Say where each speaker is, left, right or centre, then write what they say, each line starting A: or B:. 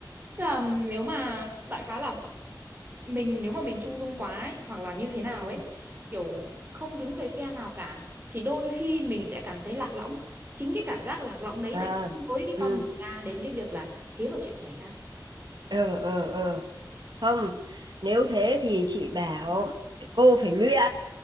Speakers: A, on the right; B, on the right.
A: Tức là nếu mà đại khái là mình nếu mà mình trung dung quá ấy, hoặc là như thế nào
B: ừ
A: ấy, kiểu không đứng về phe nào cả thì đôi khi mình sẽ cảm thấy lạc lõng. Chính cái cảm giác lạc lõng đấy
B: à,
A: lại dẫn lối cái
B: ừ
A: con người ta đến cái việc là xía vào chuyện người khác.
B: ờ ờ ờ không nếu thế thì chị bảo cô phải luyện